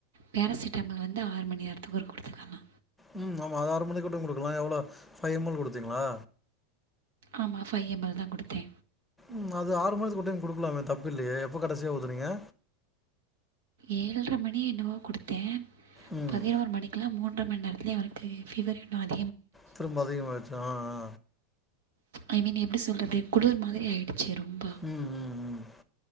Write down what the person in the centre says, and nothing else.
உம் ஆமா அது ஆறு மணிக்குட்டு குடுக்கலா எவ்வளோ ஃபை எம்மல் குடுத்தீங்களா
உம் அது ஆறு மாசதுக்கு ஒரு டைம் குடுக்கலாமே தப்பு இல்லையே எப்ப கடசியா ஊத்துனீங்க
ம்
திரும்ப அதிக மாயிசா ஆ ஆ
ம் ம் ம்